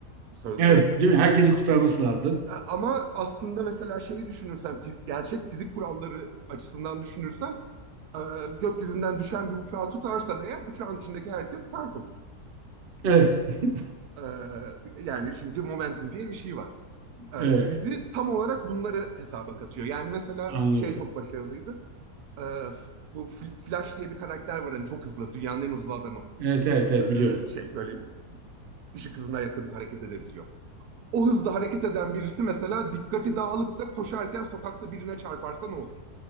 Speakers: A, on the right; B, on the right.
A: sözde.
B: Evet, değil mi? Herkesi kurtarması lazım.
A: E, Ama aslında mesela şeyi düşünürsen, fiz- gerçek fizik kuralları açısından düşünürsen e, gökyüzünden düşen bir uçağı tutarsan eğer uçağın içindeki herkes pert olur.
B: Evet, <laughs>
A: E, yani çünkü momentum diye bir şey var. E,
B: evet.
A: dizi tam olarak bunları hesaba katıyor. Yani mesela
B: Anladım.
A: şey çok başarılıydı. E, bu Fl- Flash diye bir karakter var hani çok hızlı, dünyanın en hızlı adamı.
B: Evet, evet, evet
A: E,
B: biliyorum.
A: şey böyle ışık hızına yakın hareket edebiliyor. O hızda hareket eden birisi mesela dikkati dağılıp da koşarken sokakta birine çarparsa ne olur?